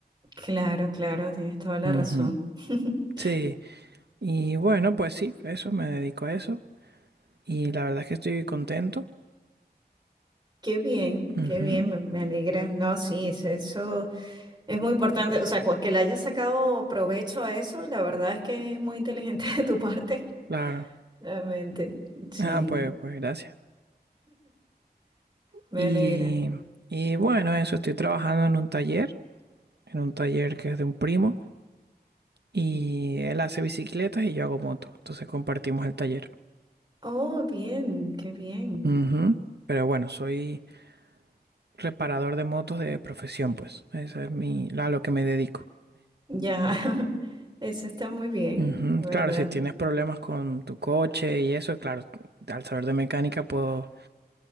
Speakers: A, on the right; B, on the right.
A: Claro, claro, tienes toda la
B: Ujú.
A: razón. <laughs>
B: Sí. Y bueno, pues sí, eso, me dedico a eso. Y la verdad es que estoy contento.
A: Qué bien,
B: Ujú,
A: qué bien, me, me alegra. No, sí, es- eso, es muy importante. O sea, cu- que le hayas sacado provecho a eso, la verdad es que es muy inteligente <laughs> de tu parte.
B: claro.
A: Realmente, sí,
B: Ah, pues, pues gracias.
A: me
B: Y,
A: alegra.
B: y bueno, eso, estoy trabajando en un taller, en un taller que es de un primo. Y él hace bicicletas y yo hago motos. Entonces compartimos el taller.
A: Oh, bien, qué bien.
B: Ujú. Pero bueno, soy reparador de motos de profesión, pues. Esa es mi, a lo que me dedico.
A: Ya, <laughs> eso está muy bien,
B: Ujú.
A: la verdad.
B: Claro, si tienes problemas con tu coche y eso, claro, al saber de mecánica puedo